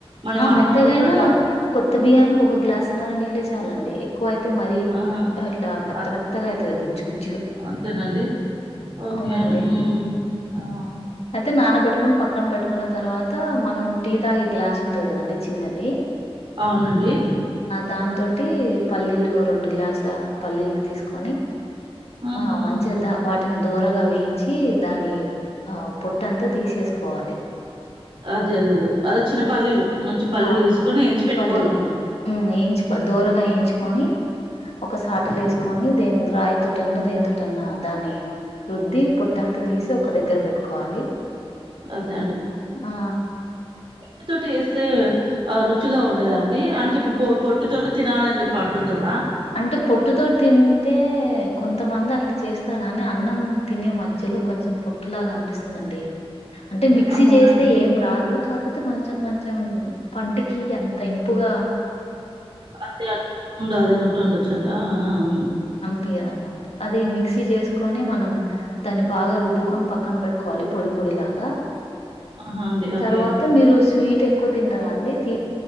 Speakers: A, on the right; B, on the left.
A: మనం
B: ఆ
A: అన్నం
B: మెత్తగా
A: ఉడికినట్టు
B: ఐనా
A: కాకుండా
B: కొత్త బియ్యానికి ఒక గ్లాసున్నర నీళ్ళే చాలండి ఎక్కువై తే మరి
A: ఆ!
B: ఇంటా అట్లా మెత్త
A: అద్
B: మెత్తగా అవుతుంది గుజ్జు గుజ్జుగా
A: అంతేనండి. ఓకే.
B: అవునండి
A: హ్మ్. ఆ!
B: అయితే నాన పెట్టుకని పక్కన పెట్టు కున్న తర్వాత మనం టీ తాగే గ్లాస్ ఉంటంది కదండి చిన్నది
A: అవునండి.
B: దానితోటి పల్లీలు రెండు గ్లాసుల పల్లీలు తీసుకొని
A: ఆహాహాహా!
B: ఆ మంచిగా దా వాటిని దూరగా వేయించి దాని ఆ పొట్టంతా తీసేసుకోవాలి
A: అదే అదే అదే అదే చిన్న పల్లీలు మంచి పల్లీలు
B: ఆ
A: తీసుకొని ఏంచి పెట్టుకోవాలి
B: పల్లీలు
A: మనము.
B: ఊ ఏంచికో దోరగా ఎంచుకొని ఒక సాటలొ
A: హ్మ్.
B: ఏసుకొని దేని రాయి తోటన్నా దేనితోటన్నా దాని రుద్ది పొట్ ట్టంతా తీసి ఒక
A: అవును.
B: దగ్గర పెట్టుకోవాలి
A: అదే
B: ఆ
A: ట్టు తోటి వేస్తే ఆ రుచిగా ఉండదాండి అంటే ఇప్పు పొట్టు తోటి తినాలిని చెప్పి అంటుర్రు కదా
B: అంటే పొట్టుతో తింటే కొంతమంది అట్లా చేస్తారు గానీ అన్నం తినే మధ్యలో కొంచెం పొట్టులాగా అన్పిస్తదండి అంటే మిక్సీ
A: అవునండి.
B: చేస్తే ఏం రాదు కాకపోతే కొంచెం కొంచెం పంటికి అంత ఇం పుగా
A: <inaudible> అదే ఉంటుడచ్చు డ ఆ ఆ ఉమ్
B: పియ్యదనమాట అది మిక్సీ చేసుకొని మనం దాన్ని బాగా రుబ్బుకొని పక్కన పెట్టుకోవాలి పొడి పొడిలాగా
A: ఆహా! అండి. ఓకే.
B: తర్వాత మీరు స్వీట్ తక్కువ తింటదా అండి తీ